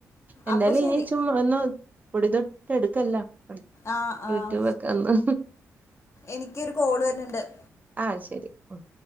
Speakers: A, on the right; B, on the left.
A: എന്താലും
B: അപ്പൊ ശരി
A: ഇനി ചും ഒന്നു പൊടി തൊട്ടെടുക്കെല്ലാം <unintelligible>
B: ആഹ് ആഹ്
A: യൂട്യൂബക്കന്ന്
B: എനിക്കൊരു കോള് വരുന്നുണ്ട്
A: ആഹ് അത് ശെരി ഉം